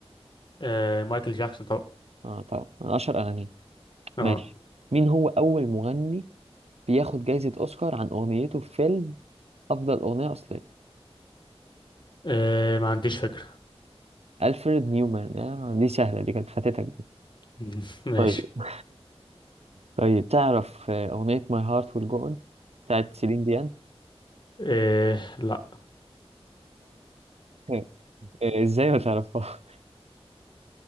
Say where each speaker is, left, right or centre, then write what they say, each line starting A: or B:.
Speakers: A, on the left (about 45°); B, on the right (about 75°).
A: آه، مايكل جاكسون طبعا
B: اه طبعا من أشهر أغانيه
A: اه
B: ماشي مين هو أول مغني بياخد جايزة أوسكار عن أغنيته في فيلم أفضل أغنية أصلية
A: آه، ما عنديش فكرة
B: ألفريد نيومان آه دي سهلة دي كانت فاتتك دي
A: <laughs> ماشي
B: طيب <laughs> طيب تعرف آه، أغنية My Heart Will Go On بتاعت سيلين ديان
A: آه، لا
B: <laughs> آه، إزاي ما تعرفها